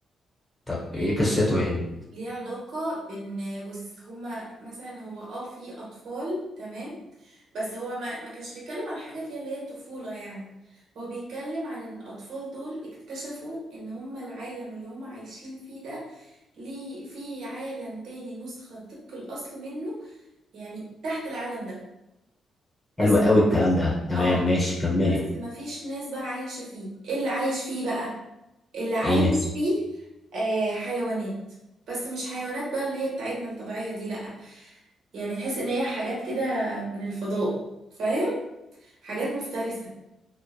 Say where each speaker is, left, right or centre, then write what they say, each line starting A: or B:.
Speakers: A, on the left; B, on the right.
A: طب
B: يعني
A: ايه قصته
B: هو
A: يعني
B: ليه علاقة بان بص هما مثلا هو اه في اطفال تمام بس هو ما ما كانش بيتكلم عن حاجة فيها اللي هي الطفولة يعني هو بيتكلم عن الأطفال دول اكتشفوا إن هم العالم اللي هم عايشين فيه ده ليه في عالم تاني نسخة طبق الأصل منه يعني تحت العالم ده بس
A: حلو قوي الكلام
B: هو-
A: ده تمام
B: اه
A: ماشي كملي
B: بس مفيش ناس بقى عايشة فيه ايه اللي عايش فيه بقى اللي عايش
A: ايه
B: فيه آه حيوانات بس مش حيوانات بقى اللي هي بتاعتنا الطبيعية دي لأ يعني تحس ان هي حاجات كده من الفضاء فاهم حاجات مفترسة